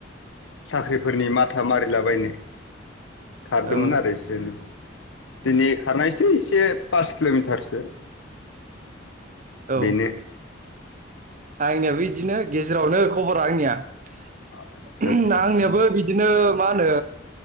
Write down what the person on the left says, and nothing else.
साख्रिफोरनि माथा मारिलाबायनो खारदोंमोन
आरो एसे नो दिनै एसे एसे पास किल'मिटारसो
बेनो
आदसा आदसा
आदसा